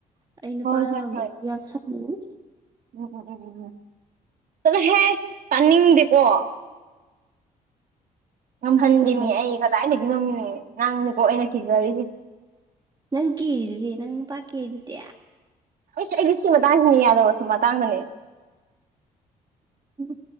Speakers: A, on the right (about 25°); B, on the right (about 60°).
A: ꯑꯩ ꯅꯨꯄꯥꯅ
B: ꯍꯣꯏ ꯍꯣꯏ
A: ꯉꯝꯕꯁꯤ
B: ꯍꯣꯏ
A: ꯌꯥꯝ ꯁꯥꯎꯅꯤꯡꯉꯤ
B: ꯎꯝ ꯎꯝ ꯎꯝ ꯎꯝ ꯆꯠ ꯂꯣ ꯍꯦ ꯇꯅꯤꯡꯗꯦꯀꯣ
A: <inaudible>
B: ꯉꯝꯍꯟꯗꯦꯃꯤ
A: ꯀꯩꯅꯣ
B: ꯑꯩ ꯀꯗꯥꯏꯗꯒꯤꯅꯣꯃꯤ ꯅꯪ ꯅꯤꯀꯣ ꯑꯩꯅ ꯀꯤꯖꯔꯤꯁꯦ
A: ꯅꯪ ꯀꯦꯔꯤꯗꯨꯗꯤ ꯅꯪ ꯅꯨꯄꯥ ꯀꯦꯔꯤꯗꯨꯗꯤ
B: ꯑꯩꯁ ꯑꯩꯗꯤ ꯁꯤ ꯃꯇꯥꯡꯁꯤꯅꯤ ꯌꯥꯗꯕ ꯃꯇꯥꯡꯗꯅꯤ
A: ꯎꯝ